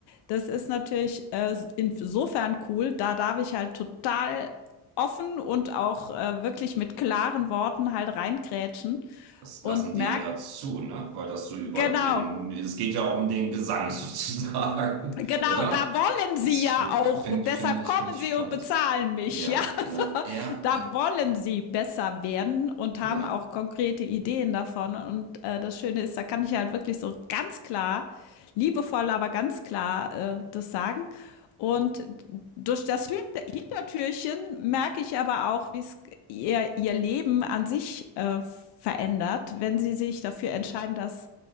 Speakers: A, on the left; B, on the right.
A: das ist natürlich äh, insofern cool, da darf ich halt total offen und auch äh, wirklich mit klaren Worten halt reingrätschen
B: Das
A: und
B: lassen die
A: merke,
B: eher zu, ne? Weil das so über
A: Genau,
B: den, es geht ja auch um den Gesang <laughs> sozusagen,
A: Genau,
B: oder?
A: da wollen sie
B: Das
A: ja
B: finde
A: auch.
B: find,
A: Deshalb
B: find ich,
A: kommen
B: find ich
A: sie
B: spannend.
A: und bezahlen mich.
B: Ja,
A: Ja, <laughs> also,
B: ja, ja,
A: da
B: ja,
A: wollen sie besser werden und
B: ja.
A: haben auch konkrete Ideen davon. Und äh, das Schöne ist, da kann ich halt wirklich so ganz klar, liebevoll, aber ganz klar äh, das sagen. Und durch das Hintertürchen merke ich aber auch, wie es ihr, ihr Leben an sich äh, verändert, wenn sie sich dafür entscheiden, das